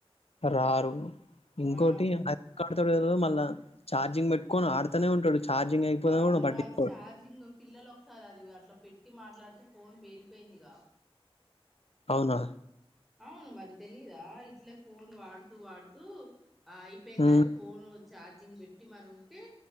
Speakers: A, on the left (about 75°); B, in the centre.
A: రారు ఇంకోటి
B: ఆ
A: అధ త మళ్ళా చార్జింగ్ పెట్టుకొని ఆడుతనే ఉంటాడు ఛార్జింగ్ అయిపోదా
B: వామో
A: కూడా పట్టించుకోడు
B: అది చఛార్జింగ్ పిల్లలు ఒకసారి అది అట్లా పెట్ పట్టి మాట్లాడితే ఫోన్ వేలిపోయిందిగా
A: అవునా
B: అవును మరి తెలీదా ఇట్లే ఫోన్ వాడుతూ వాడుతూ ఆ అయిపోయిందని
A: ఉమ్
B: ఫోన్ చార్జింగ్ పెట్టి మరి ఉంటే